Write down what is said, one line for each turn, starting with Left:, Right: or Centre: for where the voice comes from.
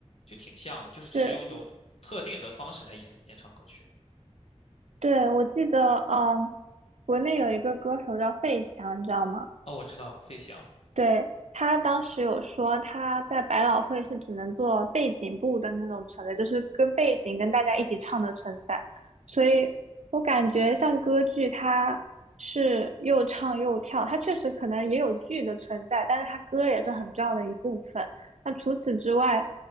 Left: 就挺像的，就是只是用一种特定的方式来演演唱歌曲。
Right: 是，对，我记得，嗯，国内有一个歌手叫费翔，你知道吗？
Left: 哦，我知道，飞翔。
Right: 对，他当时有说他在百老汇是只能做背景部的那种存在，就是跟背景跟大家一起唱的存在，所以我感觉像歌剧它是又唱又跳，它确实可能也有剧的存在，但是它歌也是很重要的一部分。那除此之外，